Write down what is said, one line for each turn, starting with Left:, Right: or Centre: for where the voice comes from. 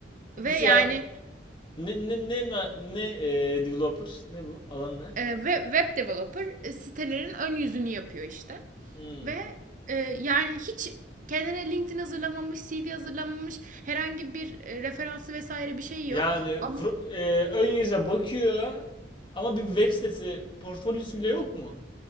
Right: Ve
Left: Nasıl
Right: yani
Left: ya? Ne ne ne ma- ne e, developer? Ne bu? Alan ne?
Right: e, web, web developer e, sitelerin ön yüzünü yapıyor işte.
Left: Hmm.
Right: Ve e, yani hiç kendine LinkedIn hazırlamamış, CV hazırlamamış, herhangi bir e, referansı vesaire bir şey yok.
Left: Yani
Right: Ama
Left: fro- e, ön yüze bakıyor ama bir web sitesi portfolyosu bile yok mu?